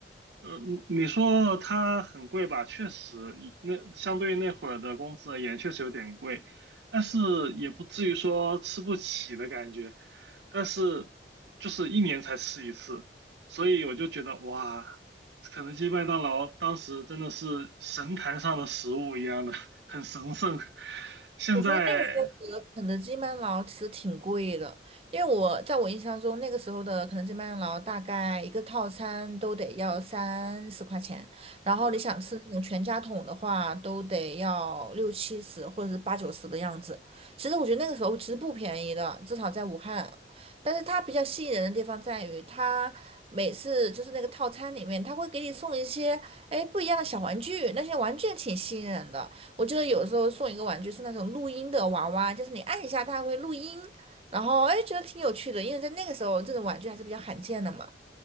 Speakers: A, on the right; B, on the right.
A: 呃，你你说它很贵吧？确实，以那相对于那会儿的工资而言，确实有点贵，但是也不至于说吃不起的感觉。但是就是一年才吃一次，所以我就觉得哇，肯德基、麦当劳当时真的是神坛上的食物一样的，很神圣。现在
B: 我觉得那个时候的肯德基、麦当劳其实挺贵的，因为我在我印象中，那个时候的肯德基、麦当劳大概一个套餐都得要三十块钱，然后你想吃那种全家桶的话，
A: 啊，
B: 都得要六七十或者是八九十的样子。其实我觉得那个时候其实不便宜的，至少在武汉。但是它比较吸引人的地方在于，它每次就是那个套餐里面，它会给你送一些哎不一样的小玩具，那些玩具也挺吸引人的。我记得有时候送一个玩具是那种录音的娃娃，就是你按一下它会录音，然后哎觉得挺有趣的，因为在那个时候这种玩具还是比较罕见的嘛。